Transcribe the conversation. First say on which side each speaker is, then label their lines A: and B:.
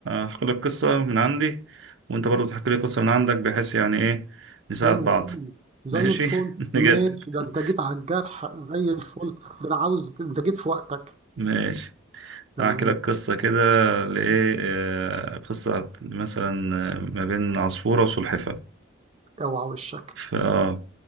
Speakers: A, on the right (about 70°); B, on the right (about 30°).
A: هحكي لك قصة من عندي وأنت برضو تحكي لي قصة من عندك بحيث يعني إيه نساعد
B: حلوه
A: بعض
B: قوي زي
A: ماشي
B: الفل
A: <laughs>
B: ماشي
A: نجدد
B: ده
A: <laughs>
B: انت جيت على الجرح زي الفل ده انا عاوز انت جيت في وقتك
A: ماشي
B: تمام
A: هحكي لك قصة كده لإيه آه، قصة مثلا آه، ما بين عصفورة وسلحفاة
B: اوعى وشك
A: ف- آه